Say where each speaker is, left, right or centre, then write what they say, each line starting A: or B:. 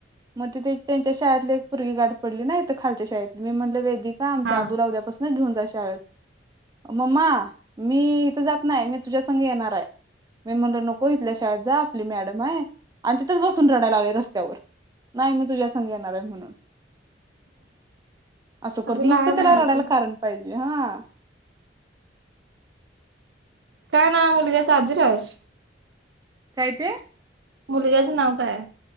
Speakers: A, on the right; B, on the right.
A: मग त त्यांच्या शाळेतली एक पोरगी गाड पडली ना खालच्या शाळेतली मी म्हटलं वेदिक आमच्या
B: हा
A: आदू उद्या पासन न घेऊन जा शाळेत मम्मा मी इथं जात नाही मी तुझ्या संघ येणार हाय मी म्हणल नको इथल्या शाळेत जा आपली मॅडम हाय आणि तिथंच बसून रडाला लागल्या रस्त्यावर नाही मी तुझ्यासंघ येणार आहे म्हणून असं करत
B: अगं
A: नुसतं
B: लहान
A: त्याला
B: आहे अजून
A: रडायला कारण पाहिजे हा
B: काय ना मुलग्याच अधिराज
A: काय ते
B: मुलग्याचं नाव काय